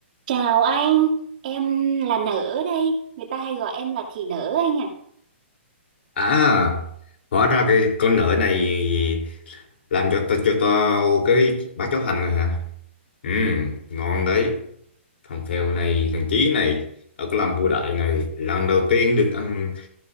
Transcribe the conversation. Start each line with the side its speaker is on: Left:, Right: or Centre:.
Right: Chào anh, em là Nở đây, người ta hay gọi em là Thị Nở anh ạ.
Left: À, hóa ra cái con nợ này làm cho tao cho tao cái bá cháo hành này hả? Ừ, ngon đấy. Thằng Phèo này, thằng Chí này, ở cái làm vua đại này, lần đầu tiên được ăn